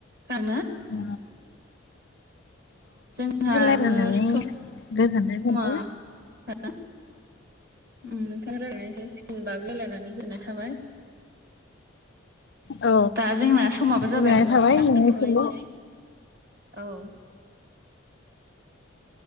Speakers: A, on the right; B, on the left.
A: थां
B: अ
A: जोंहाबो
B: रायलायनानै
A: समबा
B: गोजोननाय मोनबाय
A: <unintelligible> उ नोंथां रनायस स्किम बागोलायनानै गोननाय थाबाय
B: औ
A: दा जोंना समाबो
B: गोजोननाय
A: जाबाय नामा
B: थाबाय
A: नोंथां
B: नोंनिसिमबो
A: दोनथ'लायसै औ